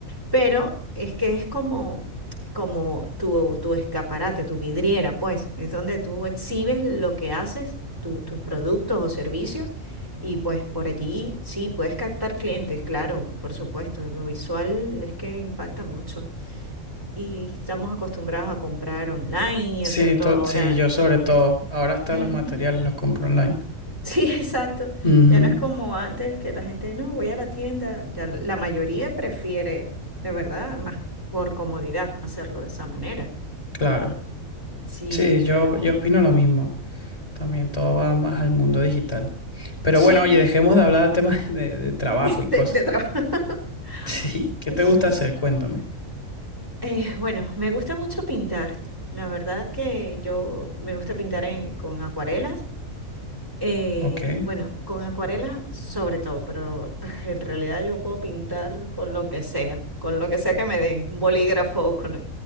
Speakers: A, on the right; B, on the left.
A: pero es que es como, como tu, tu escaparate, tu vidriera, pues, es donde tú exhibes lo que haces, tu- tus productos o servicios, y pues por allí sí puedes captar clientes, claro, por supuesto, lo visual es que impacta mucho y estamos acostumbrados a comprar online y
B: Sí,
A: hacer todo
B: to-
A: ahora.
B: sí, yo sobre todo.
A: Es,
B: Ahora hasta
A: Ujú.
B: los materiales los compro online.
A: Sí, <laughs> exacto.
B: Ujú.
A: Ya no es como antes que la gente, no, voy a la tienda. Ya la mayoría prefiere, de verdad, más por comodidad hacerlo de esa manera.
B: Claro.
A: Sí,
B: Sí, yo,
A: pero
B: yo opino lo mismo. También todo va más al mundo digital. Pero
A: sí,
B: bueno, oye, dejemos de hablar de temas <laughs> de, de trabajo
A: <laughs>
B: y cosas.
A: de, de trabajo.
B: <laughs>
A: <laughs>
B: Sí, ¿qué
A: Ay,
B: te
A: sí.
B: gusta hacer? Cuéntame.
A: Eh, bueno, me gusta mucho pintar. La verdad que yo me gusta pintar en- con acuarelas. Eh,
B: Ok.
A: bueno, con acuarelas sobre todo, pero <laughs> en realidad yo puedo pintar con lo que sea, con lo que sea que me den, un bolígrafo, con, de